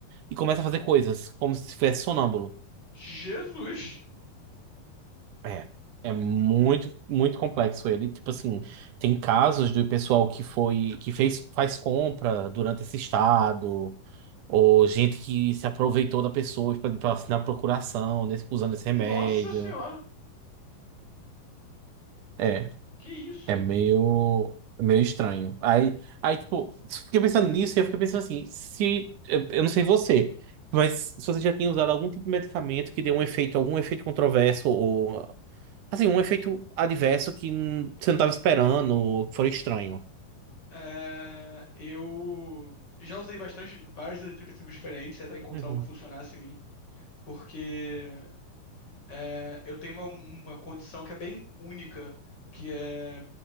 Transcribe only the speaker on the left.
Jesus!
Nossa
senhora!
Que isso?
É, eu já usei bastante vários eletriprotipos diferentes até encontrar
um que funcionasse em mim, porque é, eu tenho uma, uma condição que é bem única, que é